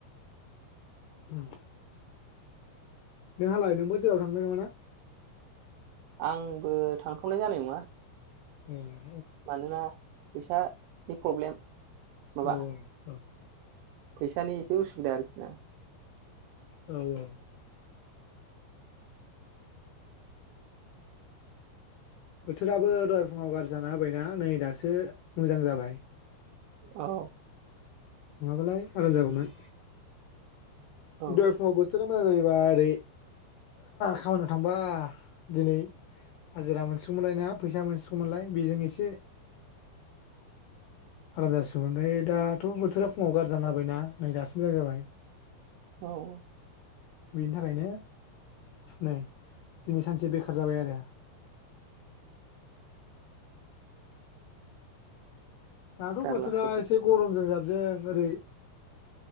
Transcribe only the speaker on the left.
ओम नोंहालाय नोंबो जेराव थांनाय नङा ना?
ओम
औ औ
औ औ बोथोराबो दहाय फुङाव गाज्रि जाना होबायना नै दासो मोजां जाबाय।
नङाबालाय आराम जागौमोन।
दहाय फुंआवबो बोथोरा मोजां जायोबा ओरै खामानियाव थांबा दिनै हाजिरा मोनसिगौमोनलाय ना फैसा मोनसिगौमोनलाय बेजों एसे आराम जासिगौमोन ओमफ्राय दाथ' बोथोरा फुङाव गारजि जाना होबायना नै दासो मोजां जाबाय।
बेनि थाखायनो नै दिनै सानसे बेखार जाबाय आरो दाथ'
बोथोरा
एसे गरमजों जाबजों ओरै